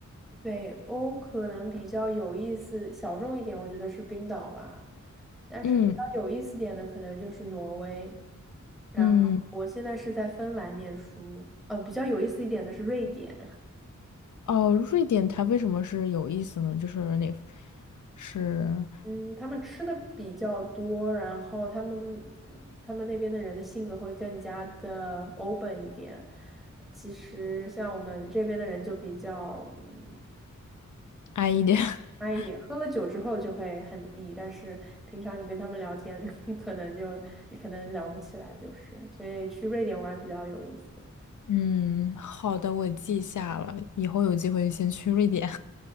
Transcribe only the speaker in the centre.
北欧可能比较有意思、小众一点，我觉得是冰岛吧。但是比较有意思点的，
可能就是挪威。然后我现在是在芬兰念书，
呃，比较有意思一点的是瑞典。
嗯，他们吃的比较多，然后他们他们那边的人的性格会更加的 open 一点。其实像我们这边的人就比较嗯
差一点，喝了酒之后就会很 E，但是平常你跟他们聊天，<laughs> 可能就可能聊不起来，就是，所以去瑞典玩比较有意思。